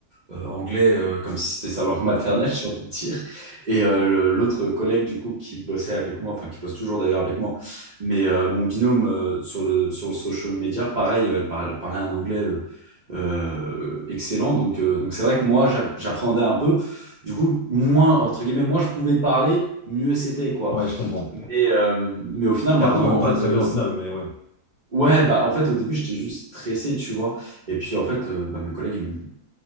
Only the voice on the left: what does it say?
Ouais, je comprends.
C'était
un peu
pas
très
bien au final, mais ouais.